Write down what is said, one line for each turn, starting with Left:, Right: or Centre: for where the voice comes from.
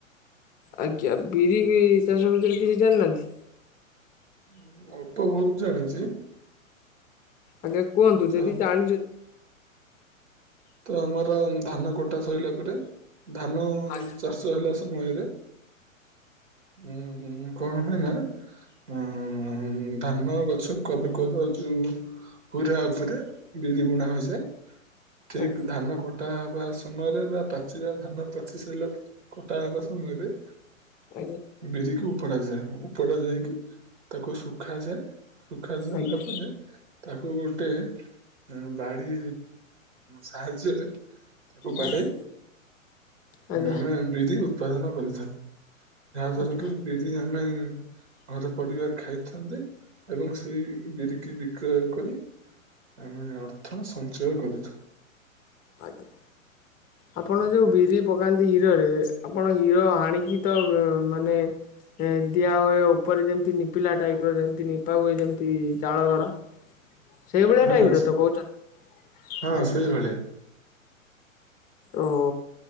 Left: ଆଜ୍ଞା ବିରିିକି ଚାଷ ଭିତରେ କିଛି ଜାଣିନାହାନ୍ତି?
Right: ହୁଁ ଅଳ୍ପ ବହୁତ ଜାଣିଛି।
Left: ଆଜ୍ଞା କୁହନ୍ତୁ
Right: ତ
Left: ଯଦି ଜାଣିଚ୍
Right: ତ ଆମର ଧାନ କଟା ସଇଲା ପରେ ଧାନ
Left: ଆଜ୍ଞା
Right: ଚାଷ ଛୁଆ ହେଲା ସମୟରେ ଉ କଣ ହୁଏ ନା ଉ ଧାନ ଗଛ କର କର ଯୋଉ ହୁରା ଉପରେ ବିରି ବୁଣା ହୋଇଯାଏ ଠିକ
Left: ଆଜ୍ଞା
Right: ଧାନ କଟ ଟା ହବା ସମୟରେ ବା ପାଚିବା ଧାନ ପାଚି ସାରିଲା କଟା ହେବା ସମୟରେ
Left: ଆଜ୍ଞ।
Right: ବିରିକି ଉପଡାଯାଏ ଉପଡା ଯାଇକି ତାକୁ ଶୁଖାଯାଏ। ଶୁଖା ସରିଲା
Left: ଆଜ୍ଞା
Right: ପରେ ତାକୁ ଗୋଟେ ବାଡି ସାହାଯ୍ୟରେ ତାକୁ ବାଢେଇ
Left: ଆଜ୍ଞା ଆଜ୍ଞା
Right: ଆମେ ବିରି ଉତ୍ପାଦନ କରିଥାଉ। ଯାହା ଦ୍ଵାରା
Left: ଆଜ୍ଞା
Right: କି ବିରି ଆମେ ଘର ପରିବାର ଖାଇଥାନ୍ତେ ଏବଂ ସେଇ ବିରିକି ବିକ୍ରୟ କରି ଆମେ ଅର୍ଥ ସଞ୍ଚୟ କରିଥାଉ।
Left: ଆଜ୍ଞା। ଆପଣ ଯୋଉ ବିରି ପକାନ୍ତି ହିରୋଉରେ ଆପଣ ହିରୋ ହାଣିକି ତ ମାନେ ଦିଆହୁଏ ଉପରେ ଯେମିତି ନିପିଲା ଟାଇପ୍ର ଯେମିତି ନିପାହୁୁଏ ଯେମିତି ଜଳ ଘର ସେଇଭଳିଆ
Right: ହଁ
Left: ଟାଇପ ରେ ତ କହୁଛନ୍ତି
Right: ହଁ
Left: ଆଜ୍ଞା
Right: ସେଇଭଳିଆ
Left: ଓହୋ